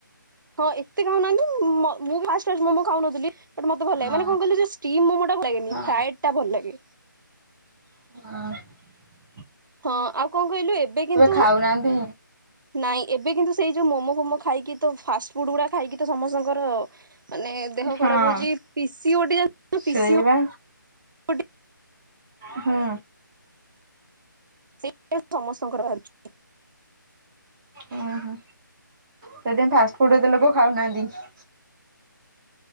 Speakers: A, on the right (about 70°); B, on the right (about 15°).
A: ହଁ ଏତେ ଖାଉନାହାନ୍ତି ମ ମୁଁ ଫାର୍ଷ୍ଟ ଫାର୍ଷ୍ଟ ମୋମୋ ଖାଉନଥିଲି। ମତେ
B: ହଁ
A: ଭଲ ଲାଗେ ମାନେ କଣ କହିଲ ଯଉ ଷ୍ଟିମ ମୋମୋ ଟା ଭଲ ଲାଗେନି
B: ହଁ।
A: ଫ୍ରାଏଡ ଟା ଭଲ ଲାଗେ।
B: ଆ।
A: ହଁ ଆଉ କଣ କହିଲୁ ଏବେ କିନ୍ତୁ।
B: ଖାଉନାହାନ୍ତି।
A: ନାଇଁ ଏବେ କିନ୍ତୁ ସେଇ ଯୋଉ ମୋମୋ ଫୋମୋ ଖାଇକି। ତ ଫାଷ୍ଟ ଫୁଡ ଗୁଡା ଖାଇକି ତ ସମସ୍ତଙ୍କର। ମାନେ ଦେହ
B: ହଁ।
A: ଖରାପ ହଉଛି ପି ସି ଓ ଡି ଜାଣିଛୁ ନା
B: ସେଇବା
A: ପି ସି ଓ ଡି।
B: ହୁଁ।
A: ସେ <inaudible> ସମସ୍ତଙ୍କର ବାହାରୁଚି।
B: ଉ ହୁଁ ସେଥିପାଇଁ ଫାଷ୍ଟ ଫୁଡ ଏତେ ଲୋକ ଖାଉନାହାନ୍ତି।